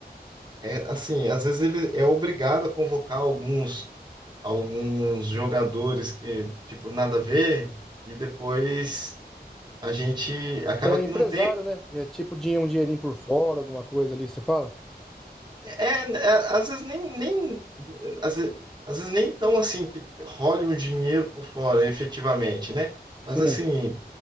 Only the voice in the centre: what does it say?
É
empresário,
né? É tipo dinhe- um dinheirinho por fora, alguma coisa ali, você fala?
Sim,